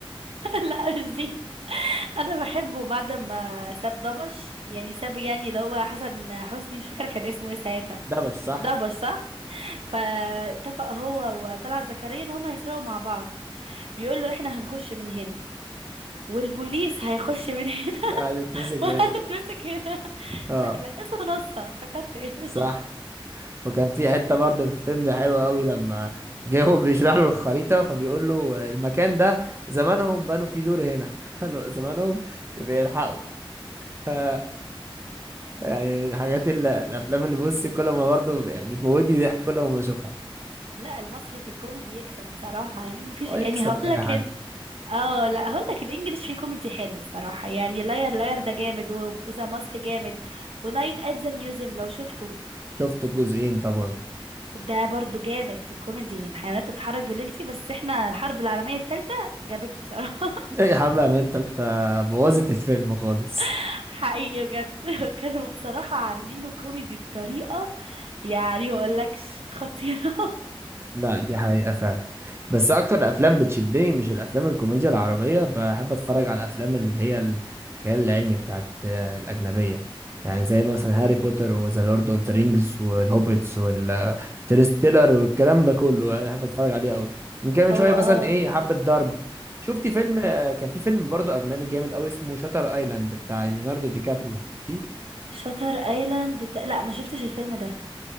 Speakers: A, on the right; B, on the right.
A: لا مش دي انا بحبه بعد ما ساب دبش يعني ساب يعني اللي هو حسن حسني مش فاكره كان اسمه ايه ساعتها
B: دبش صح
A: دبش صح فاتفق هو وطلعت زكريا ان هما هيسرقوا مع بعض بيقول له احنا هنخش من هنا والبوليس هيخش من هنا
B: قال اتمسك
A: <laughs>
B: هنا
A: وهنتمسك هنا
B: اه
A: شكلك اسمه نصة افتكرت ايه <laughs>
B: صح وكان في حته برضه في الفيلم ده حلوه قوي لما جه هو بيشرح له الخريطه فبيقول له المكان ده زمانهم بنوا فيه دور هنا <laughs> حلو زمانهم يبقى يلحقوا <laughs> يعني من الحاجات اللي الافلام اللي بص كل ما برضه بتموتني ضحك كل ما بشوفها
A: لا المصري في الكوميدي يكسب بصراحة يعني مفيش
B: هو يكسب
A: يعني هقول
B: اي
A: لك
B: حد
A: اه لا هقول لك الانجليش فيه كوميدي حلو الصراحه يعني لاير لاير ده جامد وذا ماسك جامد ونايت ات ذا ميوزيوم لو شفته
B: شفت الجزئين طبعا
A: ده برضو جامد في الكوميدي يعني حيوانات تتحرك بالليل دي بس احنا الحرب العالميه الثالثه جابته بصراحه
B: ايه يا حبيبي يا عماد التالتة بوظت الفيلم خالص
A: <laughs> حقيقي بجد <laughs> كانوا بصراحه عاملينه كوميدي بطريقه يعني ما اقولكش خطيره
B: لا دي حقيقة فعلا بس أكتر
A: <laughs>
B: أفلام بتشدني مش الأفلام الكوميديا العربية بحب أتفرج على الأفلام اللي هي الخيال العلمي بتاعت آه، الأجنبية يعني زي مثلا
A: اوكي
B: هاري بوتر وذا لورد أوف ذا رينجز والهوبيتس والترستيلر والكلام ده كله أنا بحب أتفرج عليه أوي ممكن من
A: هو
B: شوية مثلا
A: اه
B: إيه
A: فعلا
B: حبة ضرب شفتي فيلم
A: امم
B: آه، كان في فيلم برضه أجنبي جامد أوي اسمه شاتر أيلاند بتاع ليوناردو دي كابريو شفتيه؟
A: شاتر ايلاند لا ما شفتش الفيلم ده